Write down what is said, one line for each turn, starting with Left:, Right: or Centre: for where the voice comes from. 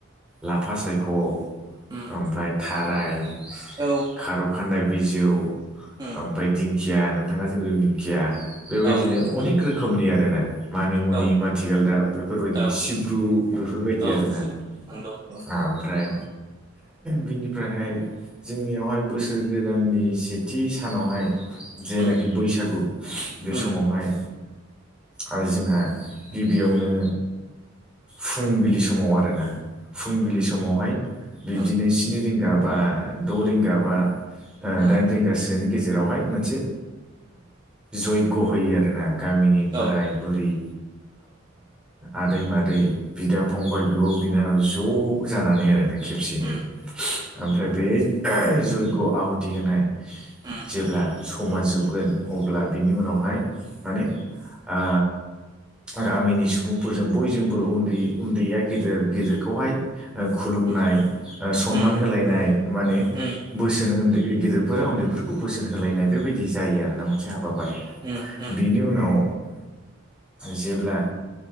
Centre: लाफा सायख' ओमफ्राय
Right: उम
Centre: थाराय
Right: औ
Centre: खार खादखान्दाय बिजौ
Right: उम
Centre: ओमफ्राय
Right: उम
Centre: दिंखिया नाथां जेबो जों दिंखिया बेबायदिनो
Right: औ नंगौ नोंथां
Centre: अनेक रोखोमनि आर ना मानिमुनि
Right: औ
Centre: माथिगालदाब दा बेफोरबायदि
Right: औ
Centre: सिब्रु बेफोरबायदि
Right: औ
Centre: आरोना
Right: नंगौ औ औ नंगौ
Centre: ओमफ्राय बिनिफ्रायहाय जोंनियावहाय बोसोर गोदाननि सेथि थि सानावहाय जेनाखि
Right: उम
Centre: बैसागु बे
Right: उम
Centre: समावहाय आरो जोंहा गिबियावनो फुंबिलि समाव आरोना फुंबिलि समावहाय बिब्दिनो
Right: उम
Centre: स्नि रिंगा बा द' रिंगा बा
Right: औ
Centre: दाइन रिंगासोनि गेजेरावहाय मोनसे जयग्य' होयो आरोना गामिनि बोराय
Right: उम
Centre: बुरि आदै मादै बिदा फंबाय बिब' बिनानाव ज' जानानै आरोना खेबसेयैनो
Right: उम
Centre: ओमफ्राय बे जयग्य आहुथि होनाय
Right: उम
Centre: जेब्ला समा जोबगोन अब्ला बिनि उनावहाय माने ओ गामिनि सुबुंफोरजों बयजोंबो उन्दै उन्दैया गेदेर गेदेरखौ खौहाय खुलुमनाय
Right: उम
Centre: सनमान
Right: उम
Centre: होलायनाय माने
Right: उम
Centre: बोसोन उन्दै गिदिरफोरा उन्दैफोरखौ बोसोन होलायनाय बेबायदि जायो आरो ना मोनसे हाबाफारि
Right: उम उम
Centre: बिनि उनाव जेब्ला